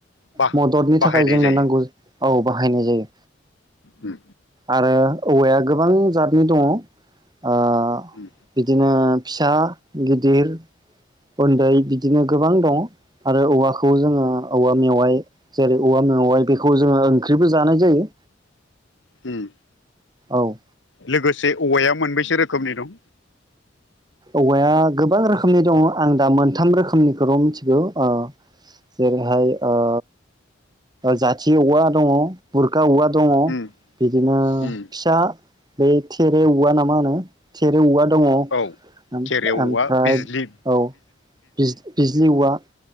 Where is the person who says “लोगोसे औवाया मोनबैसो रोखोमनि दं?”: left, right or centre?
Left